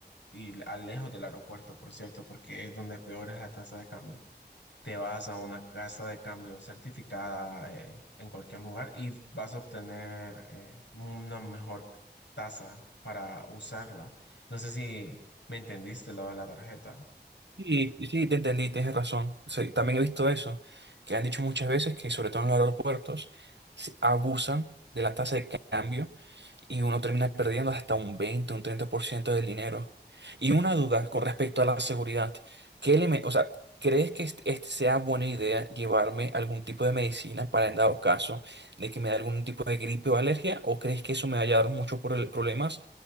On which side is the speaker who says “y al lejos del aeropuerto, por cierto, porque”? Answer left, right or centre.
Left